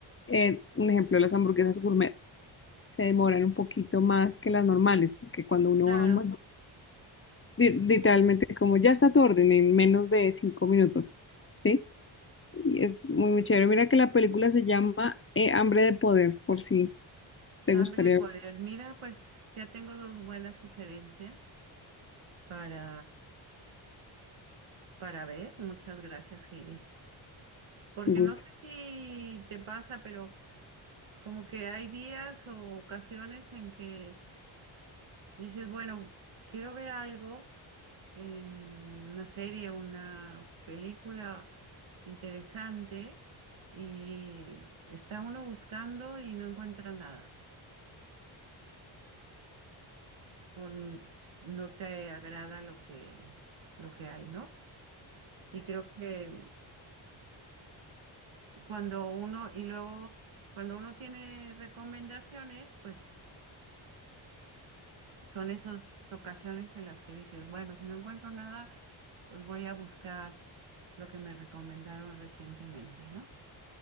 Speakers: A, on the left; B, on the right.
A: eh, un ejemplo, las hamburguesas gourmet se demoran un poquito más que las normales, porque cuando uno
B: Claro.
A: va a un Mac- li- literalmente como ya está tu orden en menos de cinco minutos, ¿sí? Y es muy, muy chévere. Mira que la película se llama eh, Hambre de Poder, por si te
B: Hambre
A: gustaría,
B: de poder. Mira, pues ya tengo dos buenas sugerencias para, para ver. Muchas gracias, Heidi. Porque
A: me gusta.
B: no sé si te pasa, pero como que hay días o ocasiones en que dices, bueno, quiero ver algo en una serie, una película interesante y está uno buscando y no encuentra nada. o n- no te agrada lo que, lo que hay, ¿no? Y creo que cuando uno, y luego cuando uno tiene recomendaciones, pues son esas ocasiones en las que dices, bueno, si no encuentro nada, pues voy a buscar lo que me recomendaron recientemente, ¿no?